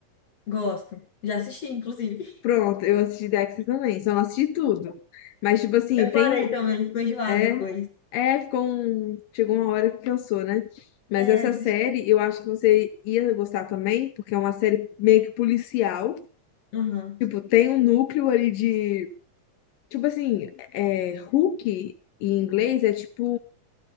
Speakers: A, on the left; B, on the left.
A: Gosto. Já assisti, inclusive.
B: Pronto, eu assisti Dexter também, só não assisti tudo. Mas, tipo
A: <laughs>
B: assim,
A: Eu
B: tem
A: parei
B: um.
A: também, ficou enjoado
B: É,
A: depois.
B: é, ficou um. Chegou uma hora que cansou, né? Mas
A: É,
B: essa
A: desisti.
B: série eu acho que você ia gostar também, porque é uma série meio que policial.
A: Aham.
B: Tipo, tem um núcleo ali de. Tipo assim, é, Hook em inglês é tipo.